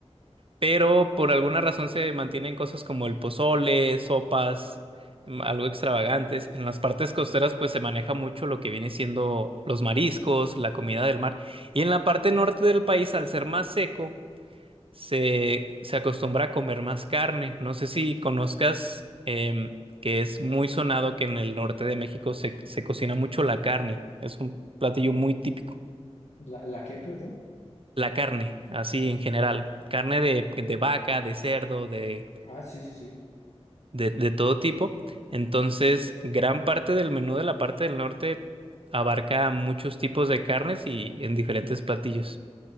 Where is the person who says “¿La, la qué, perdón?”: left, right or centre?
Left